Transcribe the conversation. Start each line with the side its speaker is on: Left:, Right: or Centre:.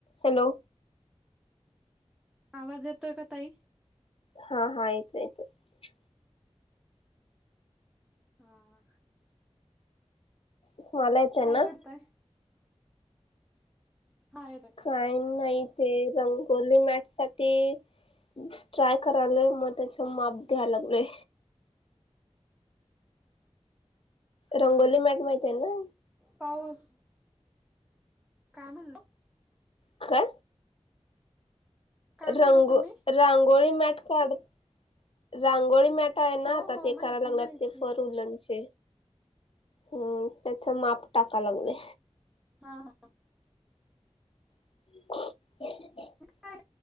Left: Hello
Centre: आवाज येतोय का ताई
Left: हा हा आयतयत
Centre: हा
Left: त मला येत आहे
Centre: काय
Left: ना
Centre: करताय? हा येतोय
Left: काही नाही ते रंगोली मॅट सा ट्राय करालय मग त्याच माप द्या लागलय
Centre: हा
Left: रंगोली
Centre: हा
Left: मॅट माहती आहे ना
Centre: पाऊस काय म्हणलो
Left: का
Centre: काय म्हणलं
Left: रंगो
Centre: तुम्ही?
Left: रांगोळी मॅट काढ रांगोळी मॅ य ना
Centre: हो
Left: आता
Centre: हो
Left: ते
Centre: माहिती
Left: कराय लागलात
Centre: माहिती
Left: ते फरचे हम्म त्याच माप टाका लागलंय
Centre: हा हा
Left: रीकाम आहे
Centre: काय